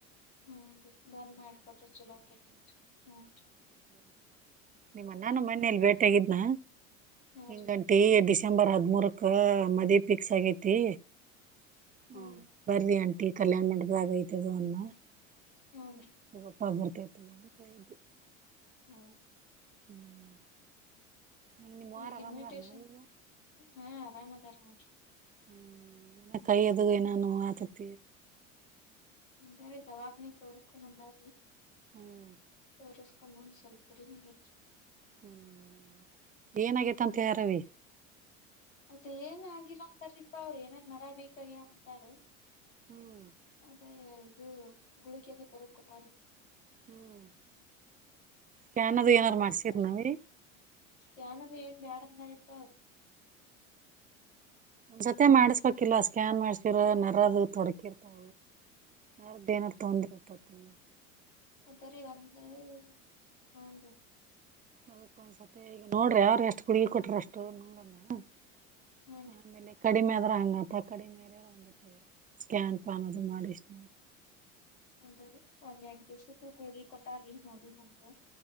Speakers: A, on the left; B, on the right.
A: ಹ್ಮ್ ಬಂದ್ ಮಾಡ್ಕೊಟ್ರಿ ಚಲೋಕೇತ್ ನೋಡ್ರಿ ಹ್ಮ್
B: ನಿಮ್ಮ ನನ್ನ ಮನೆಯಲ್ಲಿ ಬೇಟೆ ಆಗಿದ್ನ
A: ಹಾರಿ
B: ನಿ ಗಂಟೀ ಎದಿಸ್ ಡಿಸೆಂಬರ್ ಹದಿಮೂರಕ್ಕೆ ಮದ್ವೇ ಫಿಕ್ಸ್ ಆಗೈತಿ ಹ್ಮ
A: ಹೂನ್ರಿ
B: ಬರ್ ಆಂಟ ಕಲ್ಯಾಣ ಮಾಡದ ಆಗೈತದ ಅಮ್ಮ <inaudible>
A: ಹೂನ್ರಿ
B: ದಲ್ಲತದು <unintelligible>
A: ಹ್ಮ
B: ಹ್ಮ್ ಹೆಂಗ್ ನಿಮ್ಮವ್ವಾರ
A: ಈಗ
B: ಆರಾಮ್
A: ಇನ್ವಿಟೇಶನ್
B: ಅದಾರ್ನ ಈಗ
A: <inaudible> ಹಾ ಆರಾಮದ ಹ
B: ಹ್ಮ್ ಏನ ಕೈಯ ಅದುಗ ನಾನು ಆತತ
A: ಅದ ದವಾಕ ನೀ ತೋರಿಸಸ್ಕ ಬಂದರಿ
B: ಹ್ಮ್
A: ಹ <inaudible> ಕಮನ್ ಸಲ್ ಕಡೆಮೆಗ್ ಅಚ್ಚು
B: ಹ್ಮ ಏನಗೇತ ಅಂತ ಹೇಳಾರೀ
A: ಅದೇಏನ್ ಆಗಿಲ್ಲ ಅಂತಾರೀಪಾ ಅವ್ರ ಏನನ್ ನರಬೇಕಯ್ಯ ಅಂತಾರ
B: ಹ್ಮ್ <inaudible>
A: ಮತ್ತ ಇದು ಗುಳಿಗೆಂದ ಪರದ ಕೊಟಾರಿ
B: ಹ್ಮ್ <inaudible> ಸ್ಕ್ಯಾನ್
A: ಇನ್ನ
B: ಅದು ಏನಾದರು
A: ತಗೊಂಡಂತಾರ
B: ಮಾಡ್ಸರ ನಾವೀ
A: ಸ್ಕ್ಯಾನ್ ಅದು ಏನ್ ಬ್ಯಾಡ ಅಂದಾರಪ್ಪ ಅವ
B: ಒ್ಸತೆ
A: ನೋಡ್ರಿ
B: ಮಾಡಸ್ಬೇಕಿಲ್ವಾ ಸ್ಕ್ಯಾನ್ ಮಾಡಸ್ ಸರ ನರ ಅ ತೊಡಕಿರ್ತಾ ನಾರ್ದು ಏನಾರು ತೊಂದ್ರರ್ತತನಿ
A: ಅದರಿ ಒಂದ <inaudible> ಹ್ನ್ ರೀ
B: ಹಕ್ಕ ಒಂದ್ಸತ್ಯ ಈಗ ನೋಡ್ರಿ ಯಾರು ಎಷ್ಟು ಗುಡುಗಿ ಕೊಟ್ರ ಅಷ್ಟು ನೋಡಲ್ಲ <inaudible> <inaudible>
A: ಹೂನ್ರಿ
B: ಕಡಿಮೆ ಆದ್ರ ಹಂಗತ ಕಡಿಮೆಂಗ ಸ್ಕ್ಯಾನ್ ಪ್ಯಾನ್ ಅದು ಮಾಡಿಷ್ಟ
A: ಅಂದ್ರೀ ಒಂದ್ ಎರಡ್ ದಿವಸದ್ದು ಗುಳಗಿ ಕೊಟಾರೀ ನೋಡುಂತೆ